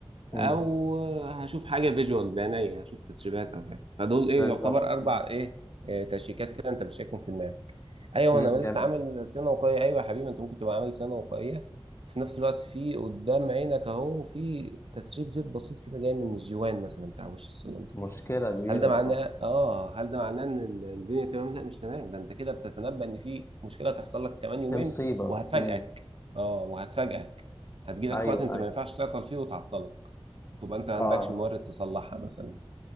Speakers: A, on the left; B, on the right.
A: امم.
B: او هشوف حاجه فيجوال بعينيا هشوف تسريبات او حاجه فدول
A: بالظبط
B: ايه يعتبر اربع
A: مم.
B: ايه آه، تشيكات كده انت بتشيكهم في دماغك ايوه
A: مم،
B: انا
A: جامد
B: لسه عامل صيانه وقائيه ايوه يا حبيبي انت ممكن تبقى عامل صيانه وقائيه وفي نفس الوقت في قدام عينك اهو في تسريب زيت بسيط كده جاي من الجوان مثلا بتاع وش السلم
A: مشكلة كبيرة
B: هل ده
A: اه
B: معناه اه هل ده معناه ان ال- الدنيا تمام لا مش تمام ده انت كده بتتنبأ ان في مشكله هتحصل لك كمان يومين
A: في مصيبة
B: وهتفاجئك
A: مم.
B: اه وهتفاجئك هتجيلك
A: ايوه
B: في وقت انت
A: ايوه
B: ما ينفعش تعطل فيه وتعطلك تبقى انت ما عندكش
A: اه
B: مورد تصلحها مثلا